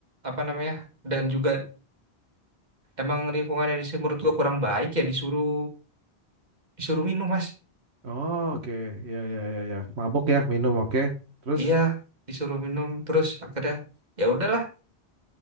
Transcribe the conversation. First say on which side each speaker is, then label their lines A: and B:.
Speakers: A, on the right (about 45°); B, on the right (about 85°).
A: apa namanya? Dan juga emang lingkungan yang di sini menurut gua kurang baik ya disuruh disuruh minum mas.
B: oh, oke iya iya iya iya mabok ya minum oke terus
A: Iya disuruh minum terus akhirnya ya udahlah.